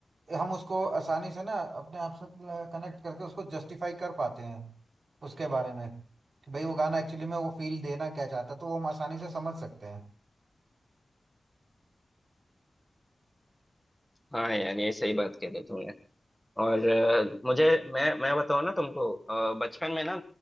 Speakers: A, on the right; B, in the centre.
A: हम उसको आसानी से ना अपने आप से कनेक्ट करके उसको जस्टिफाई कर पाते हैं उसके बारे में कि भाई वो गाना एक्चुअली में वो फील देना क्या चाहता है तो वो हम आसानी से समझ सकते हैं
B: हाँ यार ये सही बात कह रहे हो तुमने और अ, मुझे मैं मैं बताऊँ ना तुमको अ, बचपन में ना